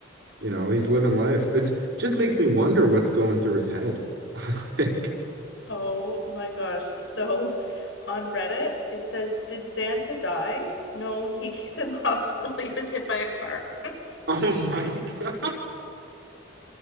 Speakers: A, on the right; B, on the left.
A: you know, he's living life. It just makes me wonder what's going through his head. <laughs> Like,
B: Oh my gosh. So on Reddit, it says, Did Santa die? No, <laughs> he's in the Hospital, he was hit by a car. <laughs>
A: oh my <laughs> God.